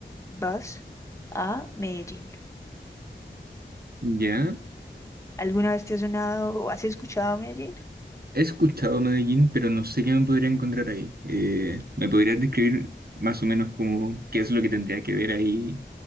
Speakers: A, on the left (about 15°); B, on the right (about 55°).
A: vas a Medellín.
B: ¿Ya?
A: ¿Alguna vez te has sonado o has escuchado Medellín?
B: He escuchado Medellín, pero no sé qué me podría encontrar ahí. Eh, ¿me podrías describir más o menos como qué es lo que tendría que ver ahí